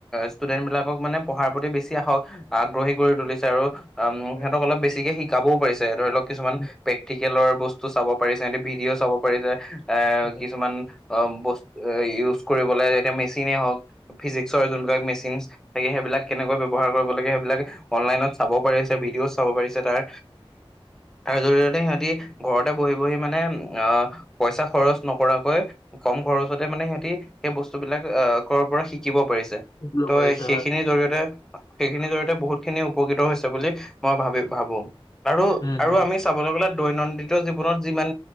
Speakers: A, in the centre; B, on the left.
A: ষ্টুডেন্ট বিলাকক মানে পঢ়াৰ প্ৰতি বেছি আহ আগ্ৰহী কৰি তুলিছে আৰু। উ
B: হয়,
A: সিহঁতক অলপ বেছিকে শিক শিকাবও পাৰিছে ধৰি লক। কিছুমান
B: উম,
A: প্ৰেকি লোৰ কেলৰ বস্তু চাব পাৰিছে এতে ভিডিঅ' চাব পাৰিছে। এ
B: উম,
A: কিছুমান। অ' বস্তু ইউজ কৰিবলৈ এতিয়া মেছি জিকি নহওঁক ফিজিক্সৰ যুণকেটা মেচিন থাকে সেইবিলাক কেনেকৈ ব্যৱহাৰ কৰিব। সেইবিলাক অনলাইনত চাব পাৰিছে ভিডিঅ' চাব পাৰিছে তাৰ তাৰ জৰিয়তে সিহঁতি ঘৰতে বহি বহি মানে আহ পইচা খৰচ নকৰাকৈ কম খৰচতে মানে সিহতি। সেই বস্তু বিলাক কৰবাৰ পৰা শিকিব পাৰিছে। তে,
B: শিকিব
A: তই
B: পাৰিছে
A: সেইখিনিৰ
B: হয়।
A: জৰিয়তে। সেইখিনিৰ জৰিয়তে বহুত খিনি উপকৃত হৈছে। সেইবোলি মই ভাবি ভাবো। আৰু
B: উম,
A: আৰু আমি চাবলৈ গ'লে। দৈনন্দিত জীৱনত যিমান